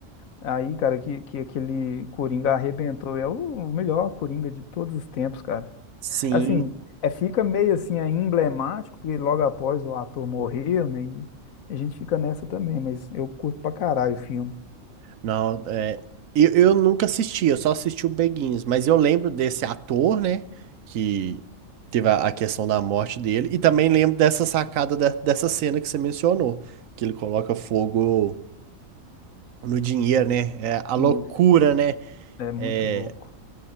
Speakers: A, on the left; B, on the right.
A: Aí, cara, que, que aquele Coringa arrebentou. É o o melhor Coringa de todos os tempos, cara.
B: Sim,
A: Assim, é, fica meio assim, é emblemático, porque logo após o ator morreu, né? E a gente fica nessa também, mas eu curto pra caralho o filme.
B: não, é, eu, eu nunca assisti, eu só assisti o Beguins, mas eu lembro desse ator, né, que teve a, a questão da morte dele, e também lembro dessa sacada, da- dessa cena que você mencionou, que ele coloca fogo no dinheiro, né, é a loucura,
A: Isso,
B: né,
A: é muito
B: é,
A: louco.